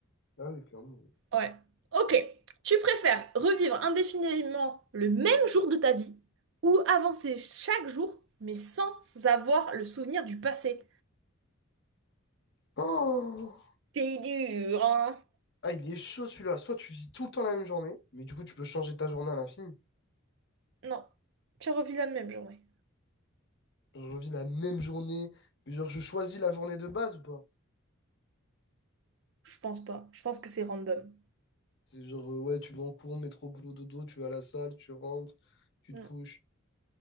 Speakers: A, on the left; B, on the right.
A: Ah oui, clairement.
B: Ouais. Ok. Tu préfères revivre indéfiniment le même jour de ta vie ou avancer chaque jour, mais sans avoir le souvenir du passé?
A: Oh!
B: C'est dur, hein?
A: Ah, il est chaud celui-là. Soit tu vis tout le temps la même journée, mais du coup, tu peux changer ta journée à l'infini.
B: Non. Tu revis la même journée.
A: Genre, Je revis la même journée, mais genre, je choisis la journée de base ou pas?
B: Je pense pas. Je pense que c'est random.
A: C'est genre, euh, ouais, tu vas en cours, métro, boulot, dodo, tu vas à la salle, tu rentres, tu
B: Mm.
A: te couches.